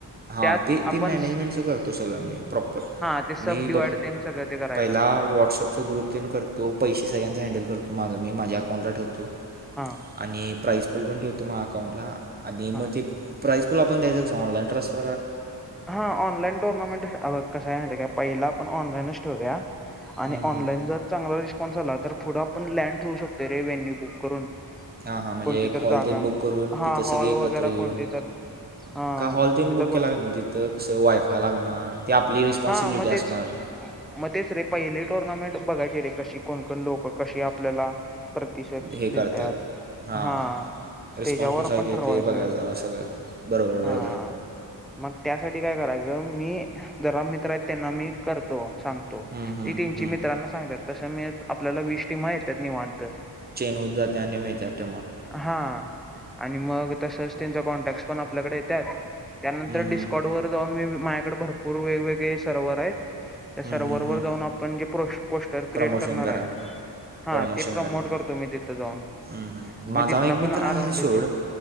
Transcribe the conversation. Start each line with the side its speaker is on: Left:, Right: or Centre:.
Right: हा
Centre: त्यात
Right: ते ते
Centre: आपण
Right: मॅनेजमेंटच करतो सगळं मी प्रॉपर.
Centre: हा ते
Right: मी
Centre: सब डिवाइड
Right: बघ
Centre: तेन सगळं ते करायचं
Right: पहिला व्हॉट्सअप ग्रुपेन करतो. पैसे सगळ्यांचं हँडल करतो. माझं मी माझ्या अकाउंटला ठेवतो.
Centre: हा
Right: आणि प्राईज पूल पण ठेवतो मा अकाउंटला. आणि मग
Centre: हा
Right: ते प्राईज पूल आपण द्यायचंस ऑनलाईन ट्रस <unintelligible>
Centre: हा ऑनलाईन टोर्नामेंट कसा आहे माहितीये का पहिला आपण ऑनलाईन ठेवूया. आणि
Right: हम्म, हम्म.
Centre: ऑनलाईन जर चांगला रिस्पॉन्स आला तर पुढं पण लँड ठेवू शकतो रे व्हेन्यू बुक करून.
Right: हां हां म्हणजे
Centre: कोणती
Right: एक
Centre: तर
Right: हॉल
Centre: जागा
Right: तेन बुक करून
Centre: हा
Right: तिथं
Centre: हॉल
Right: सगळी एकत्र
Centre: वगैरे
Right: येऊन
Centre: कोणती तर हा
Right: का हॉल तेन
Centre: तिथं
Right: बुक केला
Centre: कर
Right: काय? तिथं कसं वायफाय लागणार. ती आपली रिस्पॉनसिबिलिटी
Centre: हा मग
Right: असणार.
Centre: तेच मग तेच रे पहिले टुर्नामेंट बघायची रे कशी कोणकोण लोकं कशी आपल्याला प्रतिशत
Right: हे करतात
Centre: देतात.
Right: हां
Centre: हा
Right: रिस्पॉन्स
Centre: त्याच्यावर
Right: कसा
Centre: आपण
Right: आहे ते
Centre: ठरवायचं.
Right: ते बघा जरा सगळं बरोबर
Centre: हा
Right: बरोबर
Centre: मग त्यासाठी काय करायचं मी जरा मित्र आहेत, त्यांना मी करतो सांगतो.
Right: हम्म, हम्म,
Centre: ती तिंची
Right: हम्म.
Centre: मित्रांना सांगतात. तस मी आपल्याला वीस टीमा येतात निवांत.
Right: चेन होत जाते, आणि मिळत्या टीमा.
Centre: हा आणि मग तसच त्यांचा कॉन्टॅक्ट पण आपल्याकडे येतात. त्यानंतर
Right: हम्म, हम्म.
Centre: डिस् कड वर जाऊन मी माझ्याकडे भरपूर वेगवेगळे सर्वर आहेत त्या
Right: हम्म,
Centre: सर्वर
Right: हम्म,
Centre: वर
Right: हम्म.
Centre: जाऊन आपण जे पोस्टर क्रिएट
Right: प्रमोशन
Centre: करणार
Right: करा
Centre: आहे. हा
Right: प्रमोशन
Centre: ते प्रमोट
Right: करा.
Centre: करतो मी तिथं जाऊन
Right: हम्म हम्म माझा
Centre: मग तिथनं
Right: एक मित्र
Centre: पण अराऊंड
Right: आहे सोड
Centre: येतील